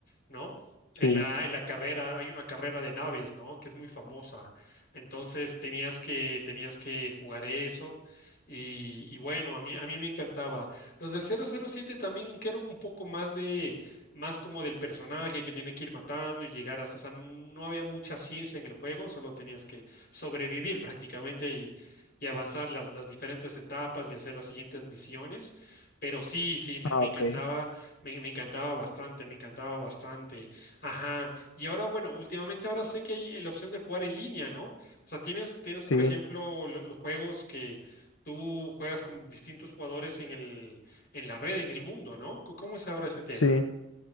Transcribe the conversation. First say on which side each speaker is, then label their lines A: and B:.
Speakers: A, on the left; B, on the left.
A: ¿no?
B: sí,
A: En la, en la carrera, hay una carrera de naves, ¿no? Que es muy famosa. Entonces tenías que, tenías que jugar eso. Y, y bueno, a mí, a mí me encantaba. Los del cero cero siete también, aunque eran un poco más de, más como del personaje que tiene que ir matando y llegar a, o sea, no había mucha ciencia en el juego, solo tenías que sobrevivir prácticamente y, y avanzar las, las diferentes etapas y hacer las siguientes misiones. Pero sí, sí, me,
B: ah,
A: me
B: ok.
A: encantaba, me, me encantaba bastante, me encantaba bastante. Ajá. Y ahora, bueno, últimamente ahora sé que hay la opción de jugar en línea, ¿no? O sea, tienes, tienes,
B: sí,
A: por ejemplo, lo- los juegos que tú juegas con distintos jugadores en el, en la red, en el mundo, ¿no? Co- ¿Cómo es ahora ese tema?
B: sí.